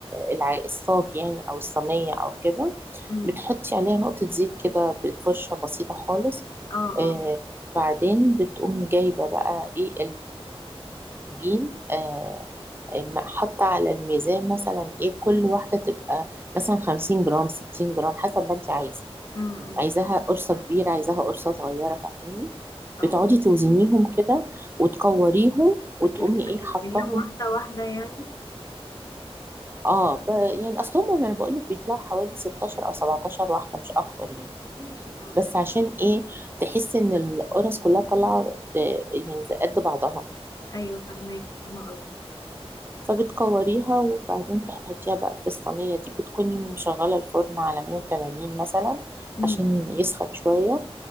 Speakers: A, on the right; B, on the left.
A: الع- الصاج يعني أو الصينية أو كده
B: امم.
A: بتحطي عليها نقطة زيت كده بالفرشة بسيطة خالص
B: اه
A: آه،
B: اه
A: بعدين بتقومي جايبة بقى ايه جين آه، م- حاطة على الميزان مثلا ايه كل واحدة تبقى مثلا 50 جرام 60 جرام حسب ما انت عايزة
B: امم امم.
A: عايزاها قرصة كبيرة عايزاها قرصة صغيرة فاهماني
B: اه
A: بتقعدي
B: آه.
A: توزنيهم كده وتكوريهم وتقومي
B: بس هتوزنيهم
A: ايه حطاهم
B: واحدة واحدة يعني
A: اه ب... يعني اصلهم انا بقول لك بيطلعوا حوالي 16 او 17 واحدة مش اكتر يعني
B: ماشي اه
A: بس عشان ايه تحسي ان القرص كلها طالعة آه، يعني زي قد بعضها
B: ايوه فهماكي فاهمة قصدي
A: فبتكوريها وبعدين تحطيها بقى في الصينية دي بتكوني مشغلة الفرن على 180 مثلا
B: امم
A: عشان
B: امم
A: يسخن شوية